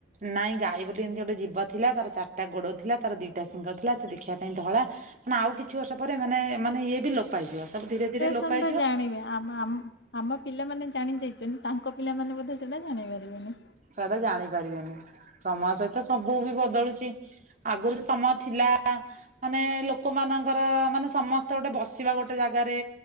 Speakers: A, on the right (about 40°); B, on the left (about 60°).
A: ନାଇଁ ଗାଈ ବୋଲି ଏମିତି ଗୋଟେ ଜୀବ ଥିଲା ତାର ଚାରିଟା ଗୋଡ ଥିଲା ତାର ଦିଟା ସିଂଙ୍ଗ ଥିଲା ସେ ଦେଖିବା ପାଇଁ ଧଳା ମାନେ ଆଉ କିଛି ବର୍ଷ ରେ ମାନେ ମାନେ ଏ ବି ଲୋପ୍ ପାଇଯିବ ଆ ସବୁ ଧୀରେ ଧୀରେ ଲୋପ
B: ସନ୍
A: ପାଇଯିବ
B: ଟା ଜାଣିବେ ଆମ ଆମ ଆମ୍ ପିଲାମାନେ ଜାଣି ଦେଇଛନ୍ତି ତାଙ୍କ ପିଲାମାନେ ମଧ୍ୟ ସେଇଟା ଜାଣିପାରିବେନି।
A: ସେଟା ଜାଣିପାରିବେନି ସମୟ ସହିତ ତ ସବୁ ବି ବଦଳୁଛି। ଆଗରୁ ସମୟ ଥିଲା ମାନେ ଲୋକମାନଙ୍କର ମାନେ ସମସ୍ତେ ଗୋଟେ ବସିବା ଗୋଟେ ଜାଗାରେ